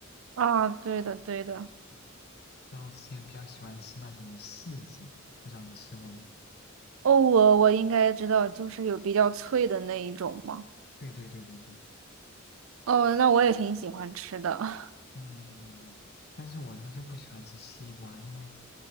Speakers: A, on the right; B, on the left.
A: 啊，对的，对的。
B: 嗯，然后我之前比较喜欢吃那种柿子，不知道你吃过没？
A: 哦，我我应该知道，就是有比较脆的那一种嘛。
B: 对对对对对，
A: 哦，那我也挺喜欢吃的。<laughs>
B: 嗯嗯嗯嗯。但是我呢就不喜欢吃西瓜，因为